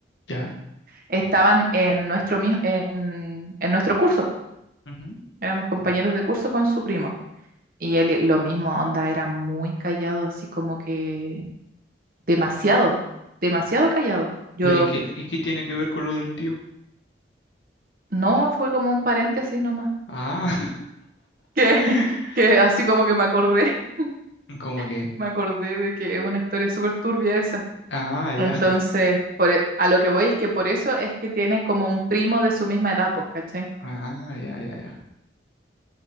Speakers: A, on the left; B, on the right.
A: Ya.
B: estaban en nuestro, mi- en, en nuestro curso, po.
A: ujú.
B: Éramos compañeros de curso con su primo. Y él, lo mismo, onda, era muy callado, así como que demasiado, demasiado callado. Yo,
A: Pero ¿y qué, y qué tiene que ver con lo del tío?
B: no, fue como un paréntesis nomás,
A: Ah,
B: que,
A: <laughs>
B: <laughs> que así como que me acordé, <laughs>
A: como que.
B: me acordé de que es una historia súper turbia esa.
A: Ah, ya.
B: Entonces, por, e- a lo que voy es que por eso es que tiene como un primo de su misma edad, pues, ¿cachai?
A: Ah, ya, ya, ya.